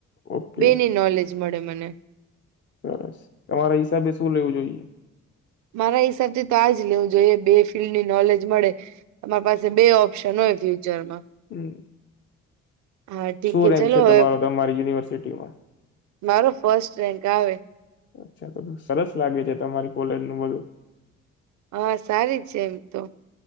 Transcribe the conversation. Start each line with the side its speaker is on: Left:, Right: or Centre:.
Left: ઓકે
Right: બે ની નોલેજ મળે મને
Left: સરસ તમારા હિસાબે શું લેવું જોઈએ
Right: મારા હિસાબથી તો આજ લેવું જોઈએ બે ફિલ્ડ ની નોલેજ મળે તમારી પાસે બે ઓપ ઓપ્શન હોય ફ્યુચરમાં
Left: હમ્મ.
Right: હા ઠીક
Left: શું રેન્ક
Right: ચલો
Left: છે તમારો
Right: હવે
Left: તમારી યુનિવર્સિટીમાં
Right: મારો ફર્સ્ટ રેન્ક આવે
Left: અચ્છા તો સરસ લાગે છે તમારી કોલેર નું બધું
Right: હા સારી છે એમ તો